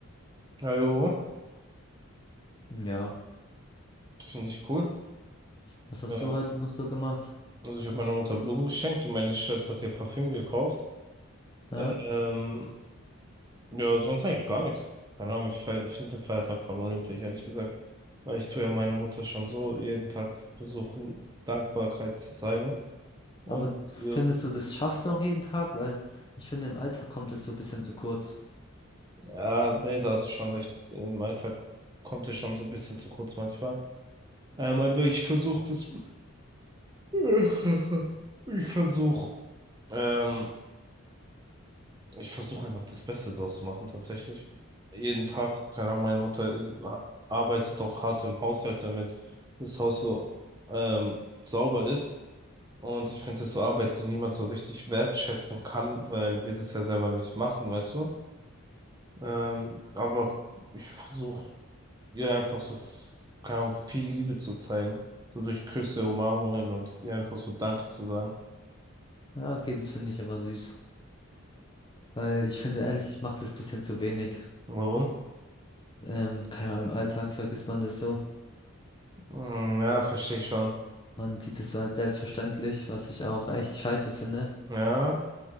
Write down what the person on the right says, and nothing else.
Ja, jo,
finde ich cool.
Äh,
Also ich habe meiner Mutter Blumen geschenkt und meine Schwester hat ihr Parfüm gekauft.
Ähm, ja, sonst eigentlich gar nichts. Keine Ahnung, ich finde den Feiertag voll unnötig, ehrlich gesagt. Weil ich tue ja meiner Mutter schon so jeden Tag versuchen, Dankbarkeit zu zeigen. Und
ihr-
ja, nee, da hast du schon recht. Im Alltag kommt es schon so ein bisschen zu kurz manchmal. Ähm, aber ich versuche das. <laughs> Ich versuche. Ähm, Ich versuche einfach das Beste draus zu machen, tatsächlich. Jeden Tag, keine Ahnung, meine Mutter ist, ha- arbeitet auch hart im Haushalt, damit das Haus so ähm, sauber ist. Und ich finde das so Arbeit, die niemand so richtig wertschätzen kann, weil wir das ja selber nicht machen, weißt du? Ähm, aber ich versuche ihr einfach so, f- keine Ahnung, viel Liebe zu zeigen. So durch Küsse, Umarmungen und ihr einfach so Danke zu sagen.
Warum?
Hm, ja, verstehe ich schon.
Ja.